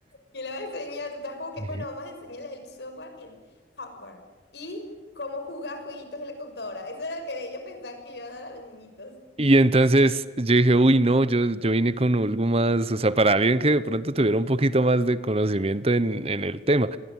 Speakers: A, on the left; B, on the right.
A: Y le vas a enseñar, tú estás como que,
B: Eh,
A: bueno, vamos a enseñarle el software y el hardware. Y cómo jugar jueguitos en la computadora. Eso era lo que ellos pensaban que yo iba a dar a los niñitos.
B: Y entonces yo dije, uy, no, yo, yo vine con algo más, o sea, para alguien que de pronto tuviera un poquito más de conocimiento en, en el tema.